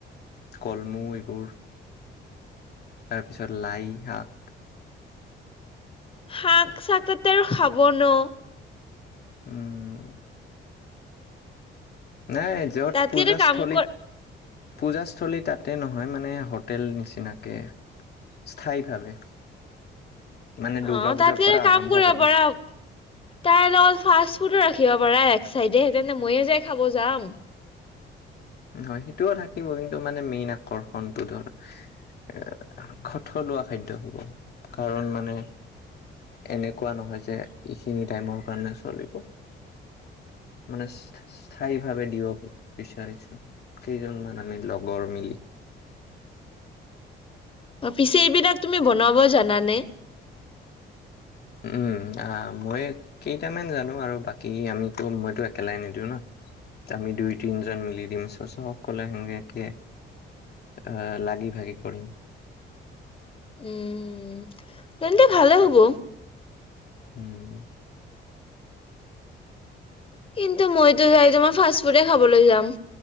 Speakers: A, on the left; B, on the left.
A: কলমৌ এইবোৰ তাৰপিছত লাই শাক'-
B: শাক চাকতেৰ খাব ন
A: উম নাই যত
B: তাতকে
A: পূজা
B: এটা কাম
A: স্থলী
B: কৰ
A: পূজাস্থলী তাতে নহয় মানে হোটেল নিচিনাকে স্থায়ীভাৱে মানে দুৰ্গা
B: অঁ
A: পূজাৰ
B: তাতকে
A: পৰা
B: কাম
A: আৰম্ভ
B: কৰিব
A: কৰিম
B: পাৰা তাই লগ ফ ফুটো ৰাখিব পাৰা এক চাইডেহেঁতে ময়ে যাই খাব যাম
A: হয় সেইটোও থাকিব কিন্তু মানে মেইন আকৰ্ষণটো ধৰ এ খথলুৱা খাদ্য হব কাৰণ মানে এনেকুৱা নহয় যে এইখিনি টাইমৰ কাৰণে চলিব। মানে স্থায়ী ভাৱে দিব বিচাৰিছো। কেইজনমান আমি লগৰ মিলি।
B: অ পিছে এইবিলাক তুমি বনাব জানানে?
A: উম আহ মই কেইটামান জানো আৰু বাকী আমিতো মইতো একেলাই নিদিওঁ ন আমি দুই তিনজন মিলি দিম চ চ সকললে সেনেকে আহ লাগি ভাগি কৰিম।
B: উম তেন্তে ভালে হ'ব।
A: উম।
B: কিন্তু মইতো যাই তোমাৰ ফাষ্ট ফুডে খাবলৈ যাম।